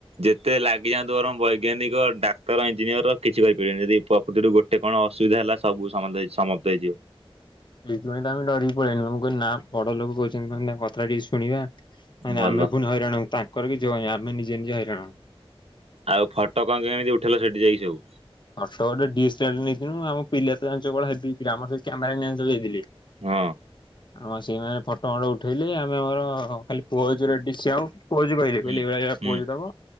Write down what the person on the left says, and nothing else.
ସେଇଥିପାଇଁ ତମେ ଡରିକ ପଳେଇନୁ ମୁଁ କିଲି ନା ବଡ ଲୋକ କହୁଛନ୍ତି ମାନେ ତାଙ୍କ କଥା ଟିକେ ଶୁଣିବା। ମାନେ
ଆମେ ପୁଣି ହଇରାଣୁ ତାଙ୍କର ବି ଯିବନ ଆମେ ନିଜେ ନିଜେ ହଇରାଣ।
ଅଠୋ ଗୋଟେଦିଏସ୍ଲାର ନେଇଥିଲୁ ଆମ ପିଲା ତ ଜାଞ୍ଚ କୌଭଳିଆ ହେବି ପିଲା ଆମର ସ କ୍ୟାମେରା ମ୍ୟାନ୍ ହେଇଥିଲି।
ଆମ ସେଇମାନେ ଫଟୋ ଫଣ୍ଡ ଉଠେଇଲେ ଆମେ ଆମର ଖାଲି ପୁଅ ଡିସି ଆଉ। ପୋଷେ କହିଲେ
କହିଲେ ଏଇଭଳିଆ ଏ
ପୋଯ ଦବ